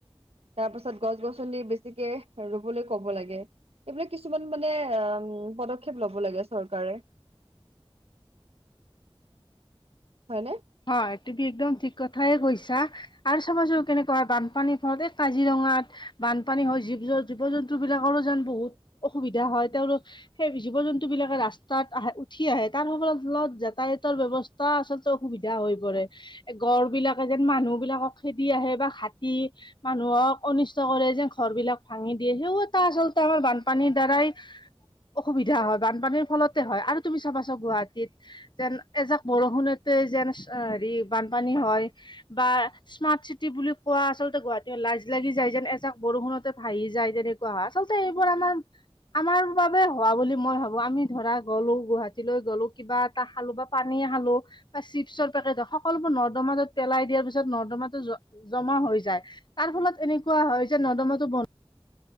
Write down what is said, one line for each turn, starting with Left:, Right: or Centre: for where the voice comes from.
Right: তাৰ পাছত গছ - গছনি বেছিকে ৰুবলৈ ক'ব লাগে। এইবিলাক কিছুমান মানে অম পদক্ষেপ ল'ব লাগে চৰকাৰে। হয়নে?
Left: হয়, তুমি একদম ঠিক কথাই কৈছা আৰু চাবচোন কেনে পুৱাই বানপানী হওঁতে কাজিৰঙাত বানপানী হয় জীৱ জ জীৱ জন্তুবিলাকৰো যেন বহু অসুবিধা হয় তেওঁলোক সেই জীৱ জন্তুবিলাকে ৰাস্তাত আহে উঠি আহে তাৰ সকল ফলত যাতায়াতৰ ব্যৱস্থা আচলত ত অসুবিধা হৈ পৰে গড়বিলাকে যেন মানুহবিলাকক খেদি আহে বা হাতী মানুহক অনিষ্ট কৰে যেন ঘৰবিলাক ভাঙি দিয়ে সেই এটা আচলতে আমাৰ বানপানীৰ দ্বাৰাই অসুবিধা হয়, বানপানীৰ ফলতে হয় আৰু তুমি চাবাচোন গুৱাহাটীত যেন এজাক বৰষুণতে যেন এচ এ হেৰি বানপানী হয় বা স্মাৰ্ট চিটি বুলি কোৱা আচলতে গুৱাহাটী লাজ লাগি যায় যেন এজাক বৰষুণতে ভাহি যায় যেনে কোৱা আচলতে এইবোৰ আমাৰ আমাৰ বাবে হোৱা বুলি মই ভাবোঁ, আমি ধৰা গ'লো গুৱাহাটীলৈ গ'লো কিবা এটা খালোঁ বা পানীয়ে খালোঁ। বা চিপছৰ পেকেট সকলোবোৰ নৰ্দমাত পেলাই দিয়াৰ পিছত নৰ্দমাটো জ জমা হৈ যায়। তাৰ ফলত এনেকুৱা হয় যে নৰ্দমাটো বন